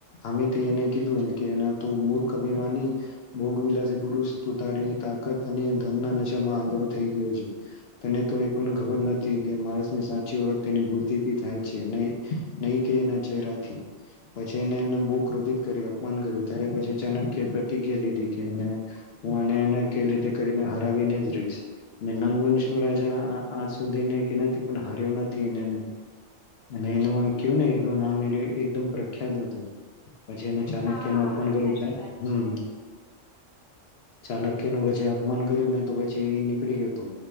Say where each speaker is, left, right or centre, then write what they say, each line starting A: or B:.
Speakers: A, on the left; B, on the left.
A: આને કીધુંકે તે મૂર્ખને અભિમાની ભોગ વિલાસી પુરુષ ત તારી તાકાત અને ધન ના નશામાં આંધળો થઈ ગયો છે તને તો એ પણ ખબર નથી કે માણસ ની સાચી ઓળખ તેની બુદ્ધિ એ થાય છે ને નહી કે એના ચેરાથી પછી એને એ બુ ક્રોધિત કર્યું અપમાન કર્યું ત્યારે પછી ચાણક્ય પ્રતિજ્ઞા લીધી કેને હું આને એને કેવી રીતે કરીને હરાવીને જ રહીશ. નંદવનશ જે રાજા આજ સુધીની કે નથી પણ હાર્યો નથી એ એને. અને એનું કું ને એનું નામ એ એકદમ પ્રખ્યાત હતું. પછી એને ચાણક્યનું
B: હા
A: અપમાન કર્યું
B: સાચી
A: છે.
B: વાત
A: હમ્મ.
B: છે
A: ચાલક્યનું વઝે પછી અપમાન કર્યું ને તો પછી નીકળય હતું